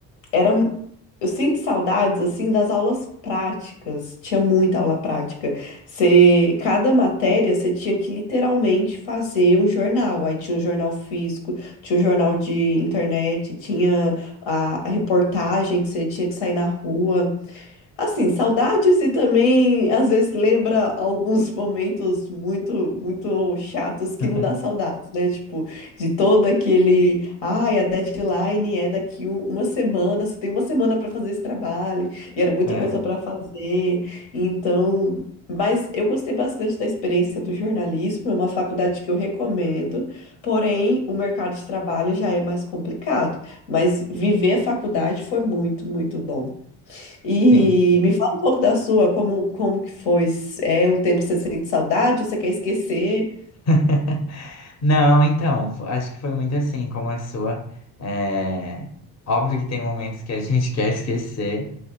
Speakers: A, on the left (about 85°); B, on the left (about 40°).
A: era, eu sinto saudades, assim, das aulas práticas, tinha muita aula prática. Você, cada matéria, você tinha que literalmente fazer um jornal, aí tinha um jornal físico, tinha um jornal de internet, tinha a, a reportagem que você tinha que sair na rua, Assim, saudades e também às vezes lembra alguns <laughs> momentos muito, muito chatos que
B: <laughs>
A: não dá saudades, né? Tipo, de todo aquele, ai, a deadline é daqui um- uma semana, você tem uma semana para fazer esse trabalho, e era muita
B: É,
A: coisa para fazer. Então, mas eu gostei bastante da experiência do jornalismo, é uma faculdade que eu recomendo, porém, o mercado de trabalho já é mais complicado, mas viver a faculdade foi muito, muito bom. E
B: tem.
A: me fala um pouco da sua, como, como que foi? É um tempo que você sente saudade ou você quer esquecer?
B: <laughs> Não, então, fo- acho que foi muito assim como a sua. É, Óbvio que tem momentos que a gente <laughs> quer esquecer,